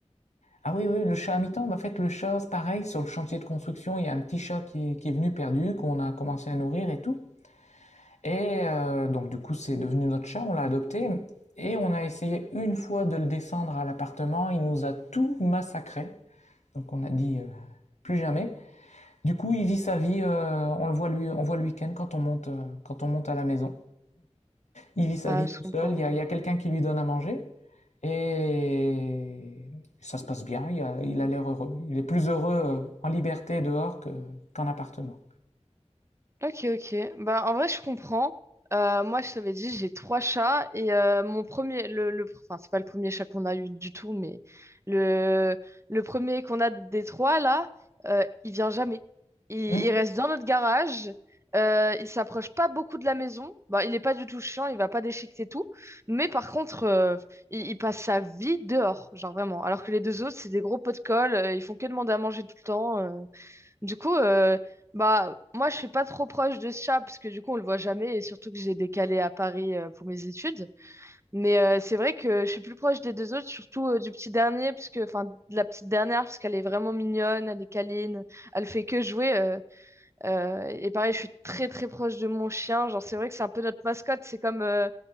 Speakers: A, on the left (about 80°); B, on the right (about 25°).
A: Ah oui, oui, le chat à mi-temps, bah, en fait, le chat, c'est pareil, sur le chantier de construction, il y a un petit chat qui est, qui est venu perdu, qu'on a commencé à nourrir et tout. Et euh, donc, du coup, c'est devenu notre chat, on l'a adopté, et on a essayé une fois de le descendre à l'appartement, il nous a tout massacré. Donc, on a dit euh, plus jamais. Du coup, il vit sa vie, euh, on le voit lui, on voit le week-end quand on monte, euh, quand on monte à la maison. Il vit sa
B: Ah,
A: vie
B: je
A: tout
B: comprends.
A: seul, il y a, il y a quelqu'un qui lui donne à manger et ça se passe bien, il a, il a l'air heureux. Il est plus heureux euh, en liberté dehors que- qu'en appartement.
B: Ok, ok. Bah, en vrai, je comprends. Euh, moi, je t'avais dit, j'ai trois chats et euh, mon premier, le, le, enfin, c'est pas le premier chat qu'on a eu du tout, mais le, le premier qu'on a des trois là, euh, il vient jamais. Il, il
A: Hmm.
B: reste dans notre garage. Euh, il s'approche pas beaucoup de la maison. Bah, il est pas du tout chiant, il va pas déchiqueter tout. Mais par contre, euh, il, il passe sa vie dehors, genre vraiment. Alors que les deux autres, c'est des gros pots de colle, euh, ils font que demander à manger tout le temps. euh. Du coup, euh, bah, moi, je suis pas trop proche de ce chat parce que du coup, on le voit jamais et surtout que j'ai décalé à Paris euh, pour mes études. Mais euh, c'est vrai que je suis plus proche des deux autres, surtout euh, du petit dernier, parce que, enfin, de la petite dernière, parce qu'elle est vraiment mignonne, elle est câline, elle fait que jouer. euh, euh, et pareil, je suis très très proche de mon chien. Genre, c'est vrai que c'est un peu notre mascotte. C'est comme, euh,